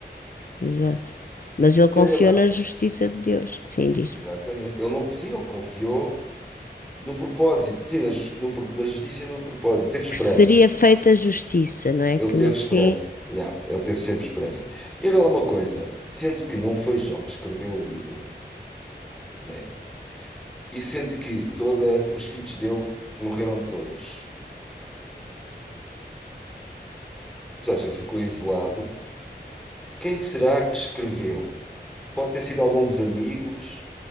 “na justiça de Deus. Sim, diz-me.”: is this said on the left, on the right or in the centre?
Left